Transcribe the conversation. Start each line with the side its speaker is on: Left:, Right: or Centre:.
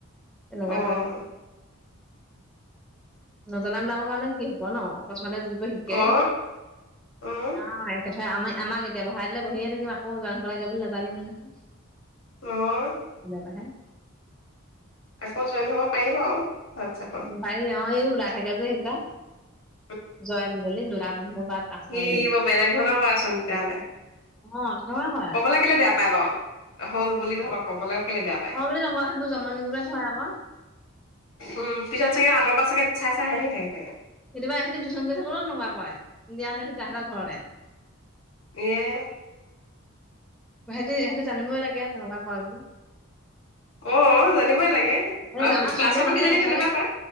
Centre: এনেকুৱা
Left: অ',
Centre: কৰে। নজনাবিলাকৰ কাৰণে কি হব ন, অকস্মাতে যিবোৰ শিকে
Left: অ, উম,
Centre: অ, একেথাই আমাৰ আমাক এতিয়া বহাই দে বহিয়ে থাকিম আকৌ জৈন হব লাগে বুলি নাজানিমেই নহয়।
Left: অ',
Centre: হ'লে মেনে। <unintelligible>
Left: আকৌ জইন হব পাৰিব আৰু হোৱাটছপত।
Centre: পাই অ, এই ওলাই থাকে যে সেইকেইটা।
Left: <inaudible>
Centre: জইন বুলি দুটা মানে বা পাঁচটা
Left: সি
Centre: মান।
Left: বৰ বেলেগ ধৰণৰ কৰাচোন তেতিয়াহ'লে
Centre: অ তেনেকে কয়।
Left: কবলৈ কেলে বেয়া পায় বাৰু হ'ল বুলি তহতক কবলৈ কেলে বেয়া পায়।
Centre: অ বুলি নকওঁ সেইবোৰ জম নি কৰিবলে থয় আক।
Left: উম পিছত চাগে আঁতৰ পৰা চাগে চাই চাই হাঁহি থাকে চাগে।
Centre: কেতিয়া এহেতিটিউশন কৰি থাকোতেও তেনকোৱা কয় তেহেতৰ ঘৰতে।
Left: এয়ে।
Centre: সেতি সেহেটি জানিবই লাগে তেনেকুৱা কয় বুলি।
Left: অ জানিবই লাগে
Centre: এই
Left: আৰু
Centre: আমাৰ
Left: ক্লাছতো
Centre: ছোৱালীয়ে জানে
Left: কিজানি
Centre: ছোৱালী
Left: তেনেকুৱা কয়।